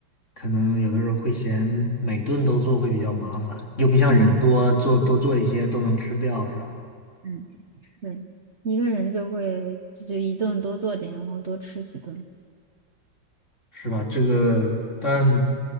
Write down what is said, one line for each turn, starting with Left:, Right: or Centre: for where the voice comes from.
Left: 可能有的时候会嫌每顿都做会比较麻烦，又不像人多做多做一些都能吃掉，
Right: 妹妹，
Left: 是吧？
Right: 嗯，是一个人就会就就一顿多做点，然后多吃几顿。
Left: 是吧？这个，但